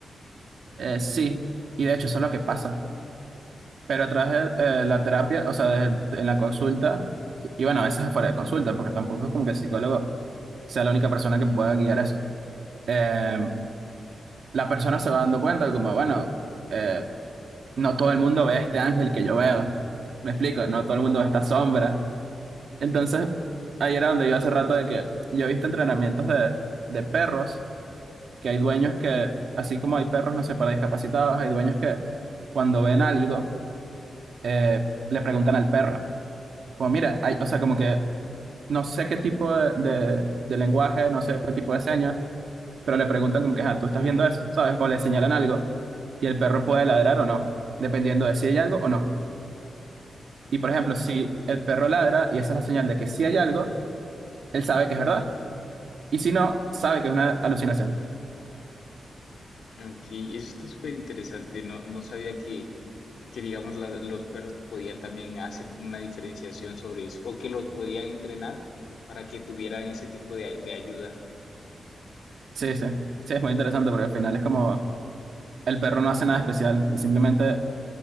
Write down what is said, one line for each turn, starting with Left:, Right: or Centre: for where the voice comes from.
Right: Eh, sí. Y de hecho, eso es lo que pasa. Pero a través de eh, la terapia, o sea, de- de- en la consulta, y bueno, a veces afuera de consulta, porque tampoco es como que el psicólogo sea la única persona que pueda guiar eso. Eh, la persona se va dando cuenta de como, bueno, eh, no todo el mundo ve este ángel que yo veo. Me explico,
Left: <laughs>
Right: no todo el mundo ve esta sombra. Entonces, ahí era donde yo hace rato de que yo he visto entrenamientos de, de perros, que hay dueños que, así como hay perros, no sé, para discapacitados, hay dueños que cuando ven algo, eh, le preguntan al perro, como mira, hay, o sea, como que no sé qué tipo de, de- de lenguaje, no sé qué tipo de señas, pero le preguntan como que, ah, tú estás viendo eso, ¿sabes? O le señalan algo y el perro puede ladrar o no, dependiendo de si hay algo o no. Y por ejemplo,
Left: Ok,
Right: si el perro ladra y esa es la señal de que sí hay algo, él sabe que es verdad. Y si no, sabe que es una alucinación.
Left: ok, eso está súper interesante. No, no sabía que, que digamos, la- los perros podían también hacer como una diferenciación sobre eso o que los podían entrenar para que tuvieran ese tipo de, de ayuda.
Right: Sí, sí. Sí, es muy interesante porque al final es como el perro no hace nada especial. y Simplemente